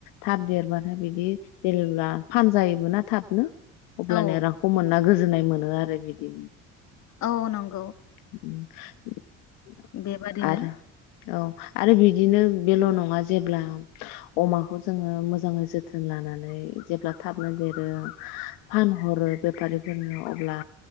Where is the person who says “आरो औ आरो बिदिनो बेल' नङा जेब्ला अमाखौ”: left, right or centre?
Left